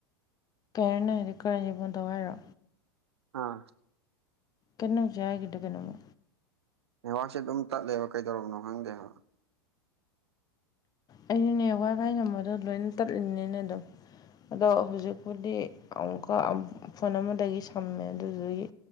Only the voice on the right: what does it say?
ꯑꯥ
ꯅꯦꯋꯥꯛꯁꯦ ꯑꯗꯨꯝ ꯇꯠꯂꯦꯕ ꯀꯩꯗꯧꯔꯕꯅꯣ ꯈꯪꯗꯦꯕ